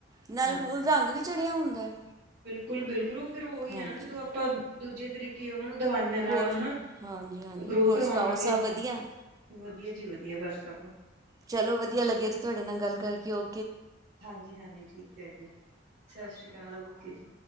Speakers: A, on the right (about 20°); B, on the right (about 45°).
A: ਨਾਲ
B: ਹਾਂਜੀ।
A: <inaudible> ਵੀ ਚੜਿਆ ਹੁੰਦਾ ਹੈ
B: <inaudible> ਫੇਰ ਓਹੀ
A: ਹਾਂਜੀ
B: ਹੈ ਨਾ, ਜਦੋਂ ਅਪਾਂ ਦੂਜੇ ਤਰੀਕੇ ਓਨਾਂ ਨੂੰ ਦਵਾਈਆਂ ਨਾਲ
A: ਹੋਰ
B: ਹਨਾ,
A: ਹਾਂਜੀ ਹਾਂਜੀ
B: ਗ੍ਰੋ
A: ਹੋਰ
B: ਕਰਵਾਵਾਂਗੇ।
A: ਸੁਣਾਓ ਸਭ ਵਧੀਆ
B: ਵਧੀਆ ਜੀ ਵਧੀਆ ਬਸ ਸਭ
A: ਚਲੋ ਵਧੀਆ ਲੱਗਿਆ ਜੀ ਤੁਹਾਡੇ ਨਾਲ ਗੱਲ ਕਰਕੇ, ਓ
B: ਹਾਂਜੀ-ਹਾਂਜੀ ਠੀਕ ਹੈ ਜੀ, ਸਤਿ ਸ੍ਰੀ ਅਕਾਲ ਓਕੇ ਜੀ।